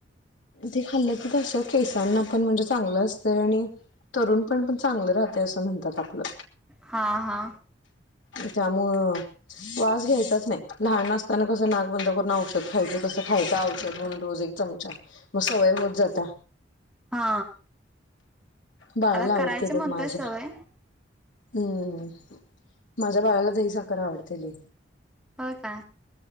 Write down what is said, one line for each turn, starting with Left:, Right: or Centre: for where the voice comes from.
Left: ते खाल्लं की केसांना पण म्हणजे चांगलं असते आणि तरुण पण पण चांगलं राहते असं म्हणतात आपलं
Centre: हा हा
Left: त्यामु वास घ्यायचाच नाही लहान असताना कसं नाक बंद करून औषध खायच कसं खायं औषध म्हणून रोज एक चमचा मग सवय होत जाता
Centre: हा
Left: बाळाला
Centre: आता
Left: आवडते
Centre: करायची
Left: बघ
Centre: म्हणतोय
Left: माझ्या
Centre: सवय
Left: हम्म माझ्या बाळाला दही साखर आवडते ल
Centre: हो का